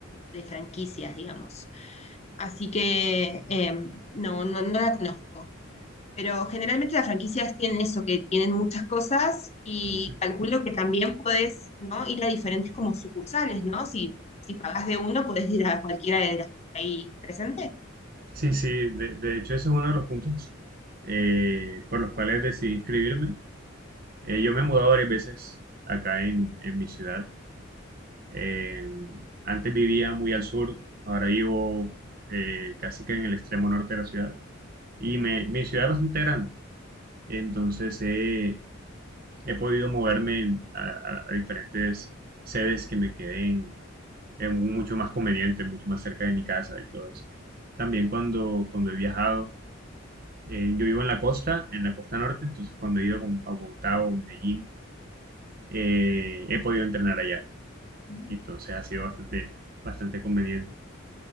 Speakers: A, on the left; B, on the right.
A: de franquicias, digamos. Así que eh, no, no, no la conozco. Pero generalmente las franquicias tienen eso, que tienen muchas cosas y
B: <laughs>
A: calculo que también podés, ¿no? ir a diferentes como sucursales, ¿no? Si, si pagás de uno, podés ir a cualquiera de las que está ahí presente.
B: Sí, sí, de, de hecho ese es uno de los puntos eh, por los cuales decidí inscribirme. Eh, yo me he mudado varias veces acá en, en mi ciudad Eh, antes vivía muy al sur, ahora vivo eh, casi que en el extremo norte de la ciudad. Y me- mi ciudad es bastante grande, entonces he, he podido moverme a, a- a diferentes sedes que me queden eh, mucho más convenientes, mucho más cerca de mi casa y todo eso. También cuando, cuando he viajado, eh, yo vivo en la costa, en la costa norte, entonces cuando he ido con- a Bogotá o Medellín, eh, he podido entrenar allá.
A: Mm.
B: Y entonces ha sido bastante, bastante conveniente.